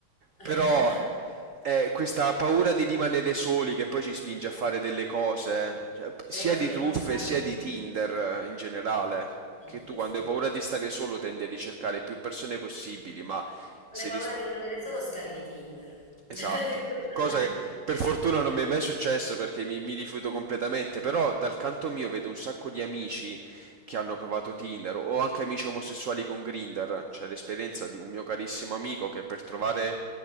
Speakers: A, on the left; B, on the right.
A: <laughs>
B: Però è questa paura di rimanere soli che poi ci spinge a fare delle cose, cioè, sia
A: Delle cose
B: di
A: che
B: truffe
A: non fare.
B: sia di Tinder eh, in generale,
A: Sì,
B: che tu
A: sì,
B: quando
A: sì.
B: hai
A: Non
B: paura di stare solo tendi a ricercare più persone possibili, ma se,
A: hai paura
B: dis-
A: di rimanere solo, scarichi Tinder.
B: Esatto,
A: <laughs> Quella
B: cosa
A: là.
B: che per fortuna non mi è mai successa perché mi, mi rifiuto completamente, però dal canto mio vedo un sacco di amici che hanno provato Tinder o anche amici omosessuali con Grindr, c'è l'esperienza di un mio carissimo amico che per trovare